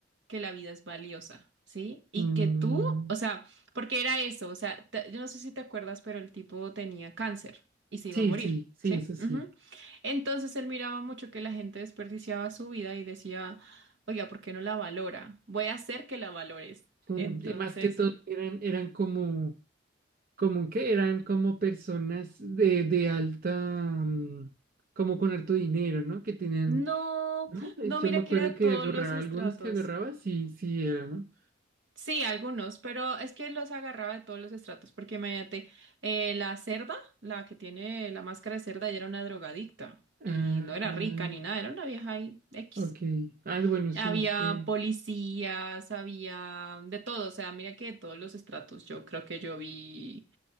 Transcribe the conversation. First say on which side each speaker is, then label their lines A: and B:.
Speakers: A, on the right; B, on the right.
A: que la vida es valiosa, ¿sí? Y
B: mm,
A: que tú, o sea, porque era eso, o sea, te- yo no sé si te acuerdas, pero el tipo tenía cáncer y se
B: sí,
A: iba a morir,
B: sí, sí,
A: ¿sí?
B: eso sí.
A: Ujú. Entonces él miraba mucho que la gente desperdiciaba su vida y decía, oiga, ¿por qué no la valora? Voy a hacer que la valores.
B: Mm,
A: Entonces.
B: Y más que todo eran, eran como como que eran como personas de, de alta, mm, como con harto dinero, ¿no? Que tenían,
A: No,
B: ¿no? Eh,
A: no,
B: Yo
A: mira
B: me acuerdo
A: que era de
B: que
A: todos
B: agarraba,
A: los estratos.
B: algunos que agarraba, sí, sí era, ¿no?
A: Sí, algunos, pero es que los agarraba de todos los estratos, porque imagínate, eh, la cerda, la que tiene la máscara de cerda, ella era una drogadicta y
B: Ah,
A: no era rica ni nada, era una vieja ahí X.
B: ok. Ah, bueno, sí,
A: Había
B: es que,
A: policías, había de todo, o sea, mira que de todos los estratos, yo creo que yo vi